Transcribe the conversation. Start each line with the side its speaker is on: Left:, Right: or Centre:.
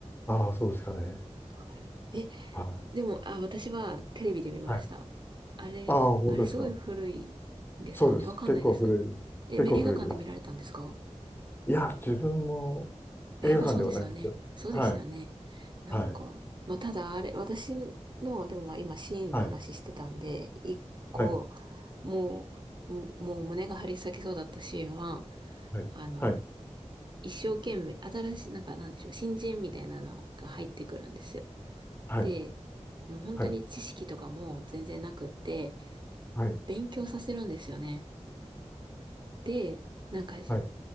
Left: ああ、そうですかね。
Right: はい。え、
Left: は
Right: でも、あ、私はテレビで見ました。
Left: い。はい。
Right: あれ、
Left: ああ、本当ですか。
Right: あれすごい古いですかね。
Left: そうです。
Right: わかんないです。
Left: 結構古いです。
Right: え、
Left: 結構古いです。
Right: め映画館で見られたんですか
Left: いや、自分も、
Right: やっぱそうですよね。
Left: 映画館ではないですよ。
Right: そうですよね。
Left: はい、
Right: なんか、
Left: はい、
Right: まあ、ただあれ、私の、でもまあ今シーンの話してたんで、
Left: はい、
Right: 一個、
Left: はい、
Right: もう、ももう胸が張り裂けそうだったシーンは、
Left: はい、
Right: あの、
Left: はい、
Right: 一生懸命、新しい、なんかなんでしょう、新人みたいなのが入ってくるんですよ。
Left: はい、
Right: で、もう本当に知識とかも全然なくって、
Left: はい、はい、
Right: 勉強させるんですよね。で、なんか
Left: はい、